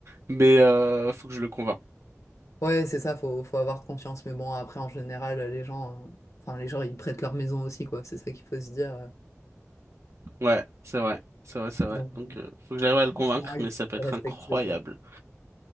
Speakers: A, on the right; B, on the left.
A: Mais euh, faut que je le convainc.
B: Ouais, c'est ça, faut, faut avoir confiance. Mais bon, après, en général, les gens, euh, enfin, les gens, ils prêtent leur maison aussi, quoi. C'est ça qu'il faut se dire. euh.
A: Ouais, c'est vrai, c'est vrai, c'est vrai.
B: Donc,
A: Donc, euh, faut que j'arrive à le convaincre,
B: en général,
A: mais
B: ils
A: ça peut être
B: sont respectueux,
A: incroyable.
B: quoi.